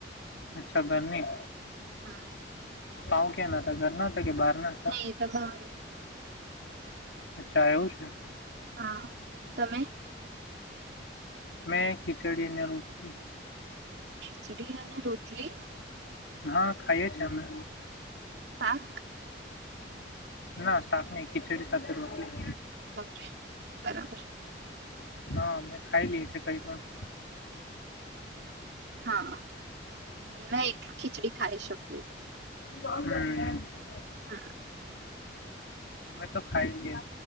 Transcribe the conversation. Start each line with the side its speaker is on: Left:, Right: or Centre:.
Left: અચ્છા ઘરનીી
Right: હમ
Left: પાા ક્યા ના થ ઘર ના હતા કે બહાર ના
Right: નહી તો ભ
Left: અચ્છા એવું છે
Right: હા તમે
Left: મેં ખીચડી અને રોટી
Right: ખિચડી અને રોટલી
Left: હા ખાઈએ છે અમે.
Right: પાક?
Left: ના સાક નહી, ખિચડી સાથે રોટલી.
Right: ઓ બરાબર
Left: હા મેમે ખાઈ લીીએ કઈ પણ
Right: હા મે એકટલ ખીચડી ખાઈ શકું
Left: હમ
Right: હા
Left: અમે તો ખાઈ લ